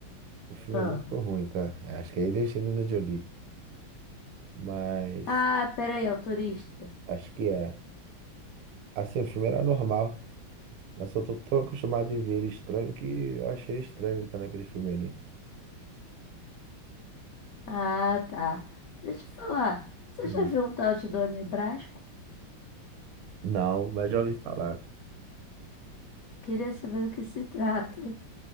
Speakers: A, on the right; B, on the left.
A: O filme
B: Ah,
A: é muito ruim, cara. Acho que é ele e a Angelina Jolie. mas
B: ah peraí, é o turista.
A: acho que é. Assim, o filme era normal, mas eu tô tão acostumado em ver ele estranho que eu achei estranho ele estar naquele filme ali.
B: Ah, tá. Deixa eu falar. Você
A: Hum.
B: já viu um tal de Dona Brasco?
A: Não, mas já ouvi falar.
B: Queria saber do que se trata.